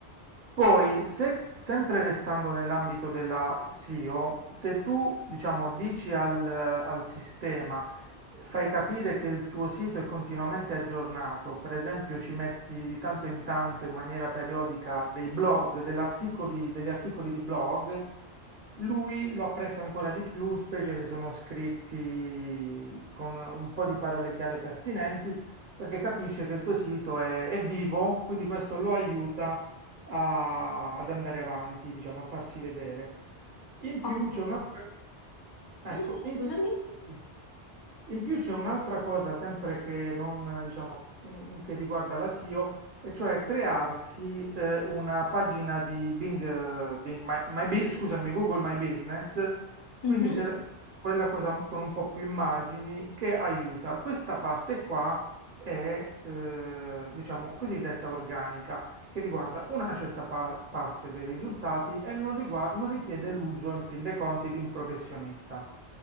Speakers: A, on the right; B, on the left.
A: Poi, se, sempre restando nell'ambito della SEO, se tu, diciamo, dici al, al sistema, fai capire che il tuo sito è continuamente aggiornato, per esempio ci metti di tanto in tanto in maniera periodica dei blog, dell'articoli- degli articoli di blog, lui lo apprezza ancora di più, specie se sono scritti con un po' di parole chiave pertinenti perché capisce che il tuo sito è, è vivo, quindi questo lo aiuta a- ad andare avanti, diciamo, a farsi vedere. In
B: ok.
A: più c'è un'altra... Ecco,
B: Sì, sì,
A: in
B: scusami.
A: più... sì. In più c'è un'altra cosa, sempre che, non, diciamo, mm, che riguarda la SEO, e O, e cioè crearsi eh, una pagina di Bing, eh, Bing My- My Bu- scusami, Google My Business, quindi
B: Mhm,
A: se- quella cosa con un po' più immagini che aiuta. Questa parte qua è, eh, diciamo, cosiddetta organica, che riguarda una certa pa- parte dei risultati e non riguar- non richiede l'uso, in fin dei conti, di un professionista.